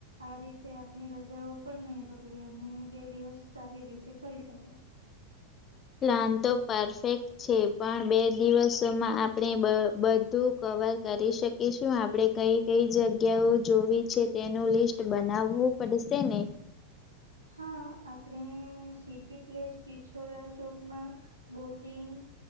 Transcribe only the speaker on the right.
આ રીતે આપણી રજાઓ પણ નહી બગડીે અને બે દિવસ સારી રીતે ફરી શકાય <inaudible>
હા આપડણે સિટી પ્લેસ પિછોલા ચોકમાં બોટિંગ